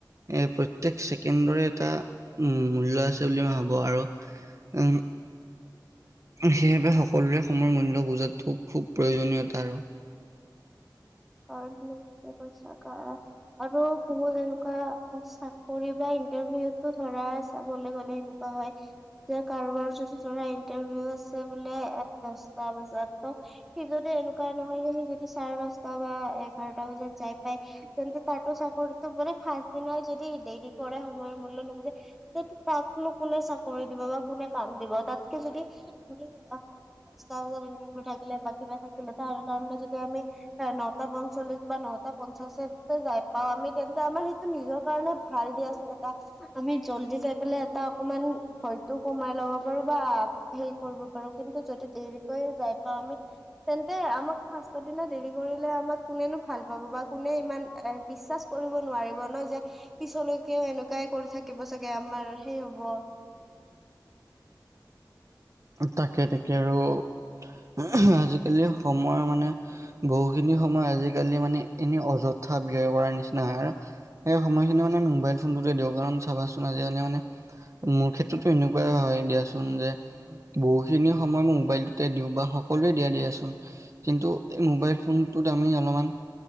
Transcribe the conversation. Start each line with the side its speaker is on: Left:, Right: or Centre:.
Right: এ প্ৰত্যেক ছেকেণ্ডৰে এটা উম মূল্য আছে বুলি মই ভাবো আৰু উম। সেইবাবে সকলোৰে সময়ৰ মূল্য বুজাতো খুব প্ৰয়োজনীয়তা আৰু
Centre: আৰৈভনে কি কি কৈছা কা। আৰু বহুত এনকুৱা চাকৰি বা ইণ্টাৰভিউতো ধৰা চাবলৈ গ'লে নো পা হয়। যে কাৰোবাৰ যদি ধৰা ইণ্টাৰভিউ আছে বোলে এ দচটা বজাত ত সি যতে এনেকুৱা নহয় যে সি যদি চাৰে দশটা বা এঘাৰটা বজাত যাই পাই কিন্তু তাৰতো চাকৰিটো বোলে ফাৰ্ষ্ট দিনাই যদি দেৰি কৰে সময়ৰ মূল্য নুবুজে। সেইটো তাকনো কোনে চাকৰি দিব বা কোনে কাম দিব তাতকে যদি আমি আ দচটা বজাত ইনটাৰভিউ থাকিলে বা কিবা থাকিলে তাৰ কাৰণে যদি আমি এ নটা পঞ্চল্লিশ বা নটা পঞ্চাশতে যাই পাওঁ, আমি তেন্তে আমাৰ সেইটো নিজৰ কাৰণে ভাল দিয়াচোন এটা আমি জল্দি যাই পেলাই এটা অকমান ভয়তো কমাই ল'ব পাৰো বা হেৰি কৰিব পাৰো কিন্তু যদি দেৰিকৈ যাই পাওঁ আমি তেন্তে আমাক ফাৰ্ষ্টৰ দিনা দেৰি কৰিলে আমাক কোনেনো ভাল পাব বা কোনে ইমান এ বিশ্বাচ কৰিব নোৱাৰিব ন যেক পিছলৈকেও এনেকুৱাই কৰি থাকিব চাগে আমাৰ সেই হ'ব।
Right: তাকে তাকে আৰু আহ জিকালি সময় মানে বহুখিনি সময় আজিকালি মানে এনে অযথা ব্যয় কৰাৰ নিচিনা হয় আৰু। সেই সময়খিনি মানে মোবাইল ফোনটোতে দি কাৰণ চাবাচোন আজিকালি মানে মোৰ ক্ষেত্ৰতো এনেকুৱাই হয় দিয়াচোন যে বহুখিনি সময় মই মোবাইলটোতে দিওঁ বা সকলোৱে দিয়া দিয়াচোন, কিন্তু এই মোবাইল ফোনটোত আমি অলপমান